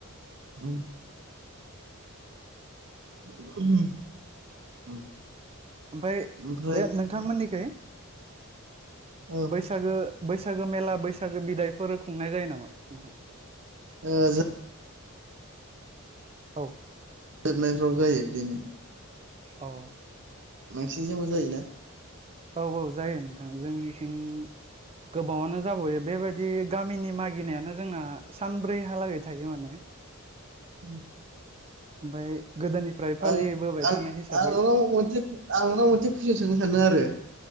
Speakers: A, on the right; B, on the right.
A: उम। <unintelligible>
B: ओमफ्राय
A: ओमफ्राय
B: बे नोंथांमोननिखै?
A: औ
B: बैसागो बैसागो मेला बैसागो बिदायफोर खुंनाय जायो नामा नोंथां?
A: ओ जों
B: औ।
A: जोबनायफ्राव जायो बिदिनो।
B: औ।
A: नोंसिन थिंबो जायोना?
B: औ औ जायो नोंथां जोंनिथिं गोबावानो जाबावयो बेबायदि गामिनि मागिनायानो जोंना सानब्रै हलागै थायो माने।
A: उम।
B: ओमफाय गोदोनिफ्राय फालिबोबाय
A: आं आं
B: थानाय हिसाबै
A: आं नोंनाव मोनसे आं नोंनाव मोनसे कुइसन सोंनो सानदों आरो।